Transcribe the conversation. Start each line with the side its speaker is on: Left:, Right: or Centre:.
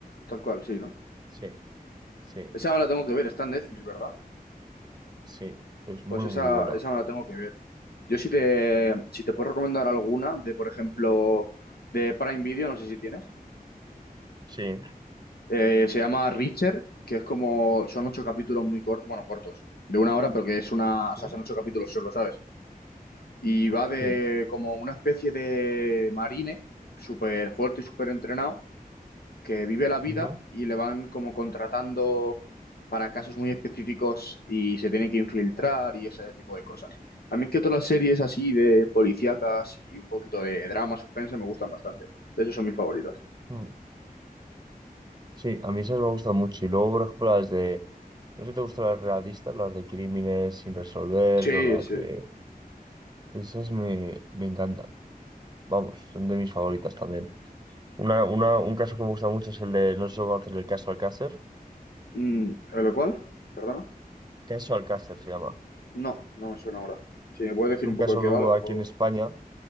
Left: tal cual, sí, ¿no?
Right: Sí, sí,
Left: Esa me la tengo que ver, está en Netflix, ¿verdad?
Right: sí. Es muy,
Left: Pues esa,
Right: muy buena.
Left: esa me la tengo que ver. Yo si te, si te puedo recomendar alguna de, por ejemplo, de Prime Video, no sé si tienes.
Right: Sí,
Left: Eh, se llama Reacher, que es como, son ocho capítulos muy cortos, bueno, cortos, de una hora, pero que es una,
Right: Sí,
Left: o sea, son ocho capítulos solo, ¿sabes? Y va de
Right: sí.
Left: como una especie de marine, súper fuerte y súper entrenado, que vive la vida
Right: Ujú.
Left: y le van como contratando para casos muy específicos y se tiene que infiltrar y ese tipo de cosas. A mí es que todas las series así de policíacas y un poquito de drama, suspense, me gustan bastante. De hecho, son mis favoritas.
Right: Mm. sí, a mí esas me gustan mucho. Y luego, por ejemplo, las de. No sé si te gustan las realistas, las de crímenes sin resolver
Left: Sí,
Right: o las de.
Left: sí.
Right: Esas me, me encantan. Vamos, son de mis favoritas también. Una, una, un caso que me gusta mucho es el de. No sé si lo conoces, el caso Alcácer.
Left: Mm, ¿Lo cual? ¿Perdona?
Right: Caso Alcácer se llama.
Left: No, no me suena ahora. Si me puedes decir
Right: Es un
Left: un poco
Right: caso
Left: de qué
Right: que
Left: va,
Right: hubo
Left: a lo mejor.
Right: aquí en España